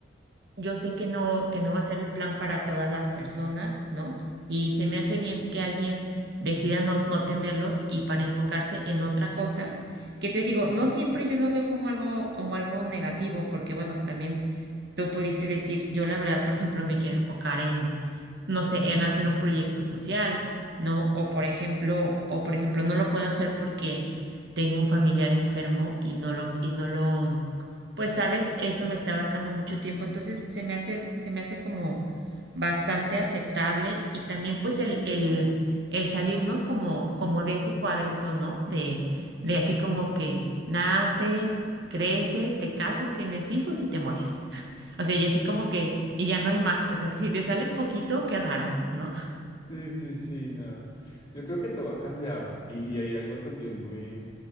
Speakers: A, on the right; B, on the left.
A: yo sé que no, que no va a ser el plan para todas las personas, ¿no? Y se me hace bien que alguien decida no, no tenerlos y para enfocarse en otra cosa, que te digo, no siempre yo lo veo como algo, como algo negativo, porque bueno, también tú pudiste decir, yo la verdad, por ejemplo, me quiero enfocar en no sé, en hacer un proyecto social, ¿no? O por ejemplo, o por ejemplo, no lo puedo hacer porque tengo un familiar enfermo y no lo, y no lo, pues sabes, eso me está abarcando mucho tiempo, entonces se me hace, se me hace como bastante aceptable y también pues el, el, el salirnos como, como de ese cuadrito, ¿no? De, de así como que naces, creces, te casas, tienes hijos y te mueres. O sea, y así como que, y ya no hay más. O sea, si si te sales poquito, qué raro, ¿no?
B: Sí, sí, sí, no. Yo creo que todo ha cambiado y, y hay algo también muy,